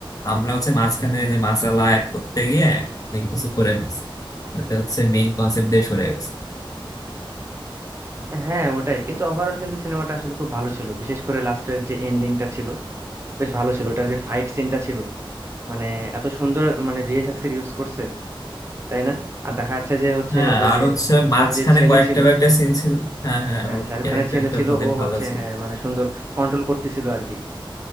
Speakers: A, on the left; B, on the right.
A: আমরা হচ্ছে মাঝখানে যে মাসালা অ্যাড করতে গিয়ে অনেক কিছু করে ফেলছি তাতে হচ্ছে মেইন কনসেপ্ট দিয়ে সরে গেছে
B: হ্যাঁ ওটাই কিন্তু ওভারঅল কিন্তু সিনেমাটা আসলে খুব ভালো ছিল বিশেষ করে লাস্টের যে এন্ডিংটা ছিল বেশ ভালো ছিল ওটা যে ফাইট সিনটা ছিল মানে এত সুন্দর মানে ভিএফএক্স এর ইউজ করছে তাই না আর দেখা যাচ্ছে যে হচ্ছে
A: হ্যাঁ
B: ওই
A: আর
B: যে
A: হচ্ছে মাঝখানে
B: ওর যে ছেলে
A: কয়েকটা
B: ছিল
A: কয়েকটা সিন ছিল হ্যাঁ হ্যাঁ
B: হ্যাঁ
A: ওর
B: শাহরুখ
A: ক্যারেক্টারটা
B: খানের ছেলে ছিল
A: অনেক
B: ও
A: ভালো
B: হচ্ছে
A: ছিল
B: হ্যাঁ মানে সুন্দর কন্ট্রোল করতেছিল আর কি